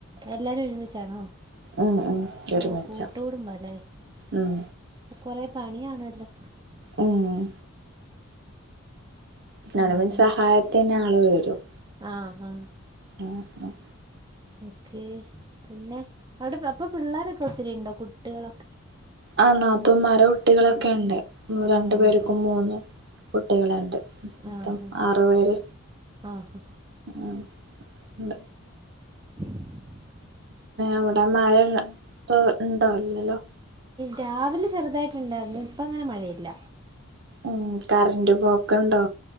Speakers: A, on the right; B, on the right.
A: എല്ലാരും ഒരുമിച്ചാണോ
B: ഉം ഉം ഒരുമിച്ചാ
A: ഓ കൂട്ടുകുടുംബാല്ലേ
B: ഉം
A: കൊറെ പണിയാണല്ലോ
B: ഉം ഇവിടെ
A: ഉം
B: പിന്നെ സഹായത്തിനാ ള് വരും
A: ആഹ് ആഹ്
B: ആഹ് ഉം
A: ഓക്കേ പിന്നെ അവിടെ അപ്പൊ പിള്ളേരൊക്കെ ഒത്തിരി ഉണ്ടോ കുട്ടികളൊക്കെ
B: ആ നാത്തൂമാരെ കുട്ടികളൊക്കെയുണ്ട് രണ്ടുപേർക്കും
A: ആഹ്
B: മൂന്ന് കുട്ടികളുണ്ട് മൊത്തം
A: ആഹ്
B: ആറുപേര്
A: ആഹ്
B: ആഹ് ഉണ്ട്
A: <inaudible>
B: അവിടെ മഴ ഇപ്പൊ ഉണ്ടോ ഇല്ലല്ലോ
A: രാവിലെ ചെറുതായിട്ടുണ്ടായിരുന്നു ഇപ്പങ്ങനെ മഴയില്ല
B: ഉം കറന്റ് പോക്കുണ്ടോ